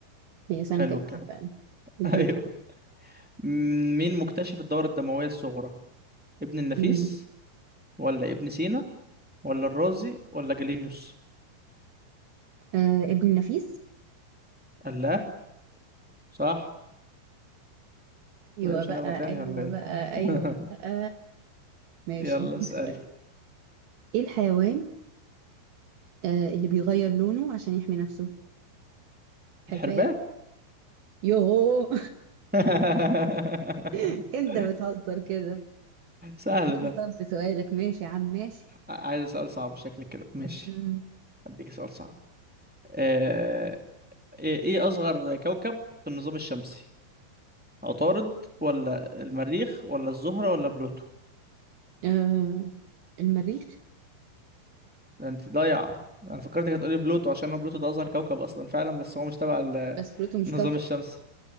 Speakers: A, on the right; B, in the centre.
A: هي سنة
B: حلو
A: كبيسة
B: الكلام
A: فعلا
B: <laughs>
A: اديني
B: ايوه م- مين مكتشف الدورة الدموية الصغرى ابن النفيس
A: مم.
B: ولا ابن سينا ولا الرازي ولا جالينيوس
A: آه ابن النفيس
B: الله صح
A: ايوه
B: وإيه، مش
A: بقى
B: هنغلط يعني
A: ايوه
B: ولا ايه
A: بقى
B: <laughs>
A: ايوه بقى ماشي
B: يلا
A: هديك
B: اسألي
A: سؤال ايه الحيوان آه اللي بيغير لونه عشان يحمي نفسه حرباية
B: الحرباء
A: يوهو
B: <laughs>
A: <laughs> انت بتهزر كده
B: سهل
A: اديني
B: ده
A: طب في سؤالك ماشي يا عم ماشي
B: ع- عايز سؤال صعب شكلك كده ماشي
A: امم
B: اديك سؤال صعب آه، ايه إيه اصغر كوكب في النظام الشمسي عطارد ولا المريخ ولا الزهرة ولا بلوتو
A: آه المريخ
B: ده انت ضايعة انا فكرتك هتقولي بلوتو عشان هو بلوتو ده اصغر كوكب اصلا فعلا بس هو مش تبع ال-
A: بس بلوتو
B: <laughs>
A: مش
B: النظام
A: كوكب
B: الشمسي